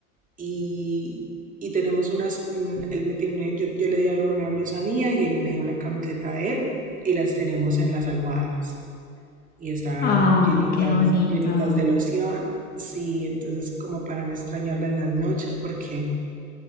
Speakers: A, on the right; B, on the left.
A: y, y tenemos unas, un- él me tiene, yo, yo le di a él una blusa mía y él me dio una camiseta de él y las tenemos en las almohadas y están
B: Ay,
A: llenitas,
B: qué bonito.
A: llenitas de loción. Sí, entonces como para no extrañarla en las noches porque,